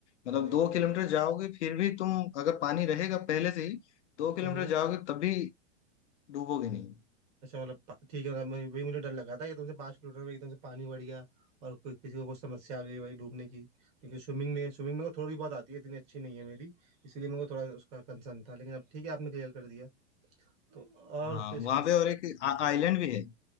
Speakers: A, on the left; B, on the right.
A: मतलब
B: नहीं,
A: दो किलोमीटर जाओगे फिर भी तुम अगर पानी रहेगा पहले से ही दो किलोमीटर
B: फिर
A: जाओगे तब भी डूबोगे नहीं
B: अच्छा मतलब पा- ठीक है मतलब मैं वही मुझे डर लगा था कि तुमसे पाँच किलोमीटर में एकदम से पानी बढ़ गया और कोई किसी को कुछ समस्या आ गई भाई डूबने की क्योंकि स्विमिंग में स्विमिंग में को थोड़ी बहुत आती है इतनी अच्छी नहीं है मेरी इसीलिए मेरे को थोड़ा उसका कंसर्न था लेकिन अब ठीक है आपने क्लियर कर दिया तो और
A: हाँ
B: फिर इस-
A: वहाँ
B: इसकी
A: पे और एक आ- आइलैंड भी है